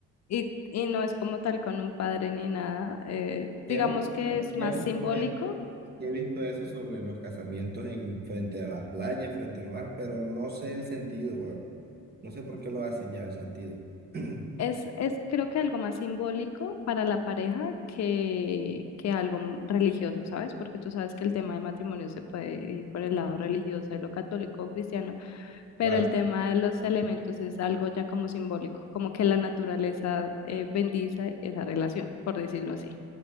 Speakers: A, on the left; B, on the right.
A: y, y no es como tal con un padre ni nada. eh,
B: Ya
A: digamos
B: no-
A: que es
B: ya
A: más
B: he visto,
A: simbólico
B: e- ya he visto eso sobre los casamientos en, frente a las playas, frente al mar, pero no sé el sentido. No sé por qué lo hacen ya el sentido. <clears throat>
A: Es, es creo que algo más simbólico para la pareja que, que algo m- religioso, ¿sabes? Porque tú sabes que el tema del matrimonio se puede ir por el lado religioso de lo católico o cristiano,
B: Claro.
A: pero el tema de los elementos es algo ya como simbólico, como que la naturaleza eh, bendice esa relación, por decirlo así.